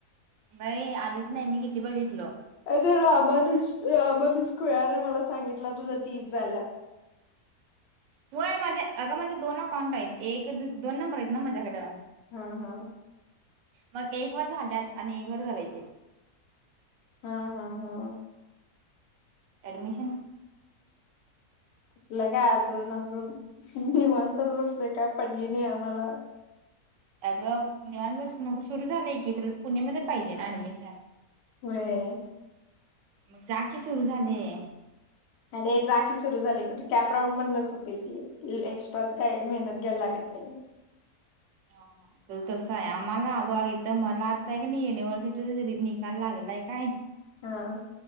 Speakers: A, on the right; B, on the left.
A: नाही आलीच नाही मी किती बघित
B: अरे राव मनुज मनुज खुळ्याने मला सांगितलं तुझा तीस झाल्यात
A: व्हय माझे अगं माझे दोन अकाउंट आहेत एक दोन नंबर आहेत ना माझ्याकड
B: हा हा
A: मग एक वर झाल्यात आणि एक वर करायचेत
B: हा हा हा
A: ऍडमिशन
B: कुठलं काय अजून अजून निवांतच बसलय काय पड ली नाय आम्हाला
A: अग निवांत बसून सुरू झालंय की तुला पुणेमध्ये पाहिजे ना ऍडमिशन?
B: होय.
A: मग जा की सुरू झालय
B: अरे जा की सुरू झाली कुठे कॅप राऊंड मदनाच होतय ते एक्स्ट्राच काय मेहनत घ्यायला लागत नाय.
A: हा हा तर तसं आहे आम्हाला अग इथं मला आता की नाही युनिव्हर्सिटी चा निकाल लागलाय काय
B: हा